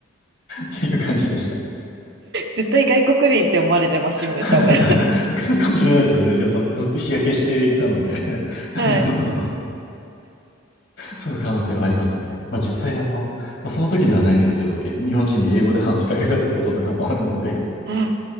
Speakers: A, on the left; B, on the right.
A: ていう感じでした。
B: 絶対外国人って思われてますよね、
A: <laughs>
B: 多分。
A: かもしれないですよね。やっぱずっと日焼けしていたので <laughs> あの
B: はい。
A: その可能性はありますね。まあ実際あの、まあ、その時ではないですけど、え日本人に英語で話しかけられたこととかもあるので
B: あ、